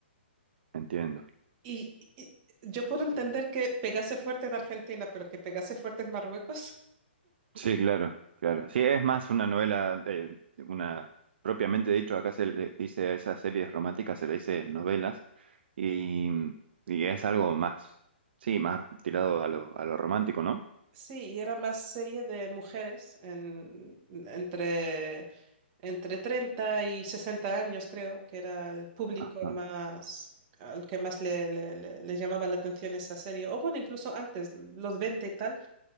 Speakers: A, on the right; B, on the right.
A: entiendo.
B: Y, y yo puedo entender que pegase fuerte en Argentina, pero que pegase fuerte en Marruecos. <laughs>
A: Sí, claro, claro. Sí, es más una novela, eh, una, propiamente dicho, acá se les dice a esas series románticas, se le dice novelas, y, y es algo más, sí, más tirado a lo, a lo romántico, ¿no?
B: Sí, y era más serie de mujeres en- entre, entre 30 y 60 años, creo, que era el público
A: Ajá,
B: más, al que más le, le, le- le llamaba la atención esa serie. O bueno, incluso antes, los 20 y tal,